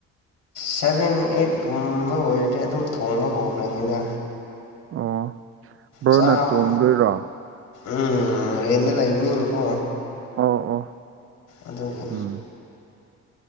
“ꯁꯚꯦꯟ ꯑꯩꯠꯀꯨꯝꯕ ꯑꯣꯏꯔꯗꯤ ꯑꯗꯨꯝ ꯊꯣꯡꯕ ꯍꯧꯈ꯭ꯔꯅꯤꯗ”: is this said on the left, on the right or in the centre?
Left